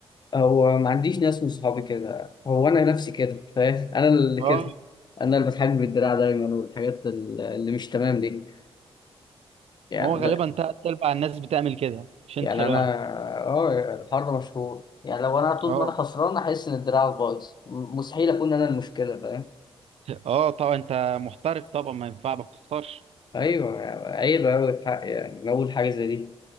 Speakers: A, on the left (about 40°); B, on the right (about 70°).
A: هو ما عنديش ناس من صحابي كده هو انا نفسي كده فاهم انا اللي
B: اه
A: كده انا اللي بتحجب بالدراع دايما والحاجات ال- اللي مش تمام دي يعني
B: هو غالبا تلات ارباع الناس بتعمل كده يعني، مش
A: يعني
B: انت لوحدك
A: انا اه الحر مشهور يعني لو انا طول
B: اه
A: ما انا خسران احس ان دراعك بايظ م- مستحيل اكون انا المشكله فاهم
B: اه طبعا انت محترف طبعا ما ينفع ما بتختارش
A: ايوه يعني عيب قوي الحق يعني من اول حاجه زي دي